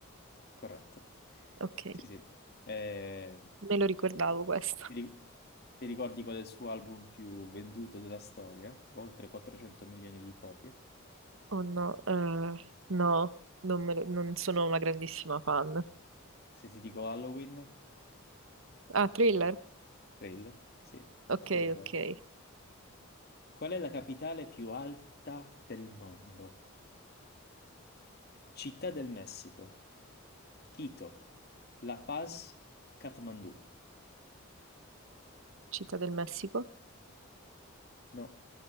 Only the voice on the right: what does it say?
Ok,
me lo ricordavo questo.
Oh no, eh, no, non, me lo- non sono una grandissima fan.
Ah, Thriller?
Ok,
ok.
Città del Messico